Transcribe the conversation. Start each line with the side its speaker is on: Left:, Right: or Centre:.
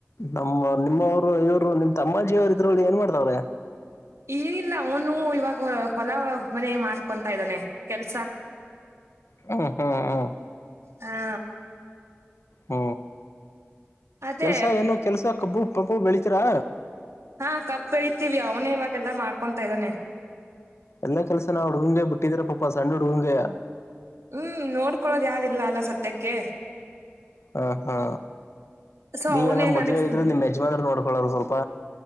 Left: ನಮ್ಮ ನಿಮ್ಮವರು ಇವರು ನಿಮ್ ತಮ್ಮಾಜಿಯವರು ಇದ್ರಲ್ಲಿ ಏನ್ ಮಾಡ್ತವ್ರೆ.
Right: ಏನಿಲ್ಲ ಅವನು ಇವಾಗ ಹೊಲ ಮನೆ ಮಾಡ್ಕೊತಾ ಇದ್ದಾನೆ. ಕೆಲ್ಸ
Left: ಹ್ಮ ಹ್ಮ್ ಹ್ಮ್
Right: ಹಾ
Left: ಹ್ಮ
Right: ಅದೇ
Left: ಕೆಲ್ಸ ಏನು ಕೆಲ್ಸ ಕಬ್ಬು, ಪಪ್ಪು ಬೇಲಿತೀರಾ
Right: ಹಾ ಕಪ್ಪಳತೀವಿ ಅವನೇ ಇವಾಗೆಲ್ಲಾ ಮಾಡ್ಕೊತಾ ಇದ್ದಾನೆ
Left: ಲ್ಲ ಕೆಲಸ ನಾ ಹುಡುಗಂಗೆ ಬಿಟ್ಟಿದ್ರ ಪಾಪಾ ಸಣ್ಣ ಹುಡುಗಗೆ
Right: ಹ್ಮ್ ನೋಡ್ಕೊಳೋದ ಯಾವ್ದಿಲ್ಲ ಅಲ್ಲ ಸದ್ಯಕ್ಕೆ
Left: ಹಾ ಹಾ
Right: ಸೊ
Left: ನೀವೇಏನಾದ್ರು
Right: ಅವನೇ
Left: ಮದ್ವೆ
Right: ನನಗ್
Left: ಆಗಿದ್ರೆ ನಿಮ್ ಯಜಮಾನ್ರು ನೋಡ್ಕೊಳರು ಸ್ವಲ್ಪ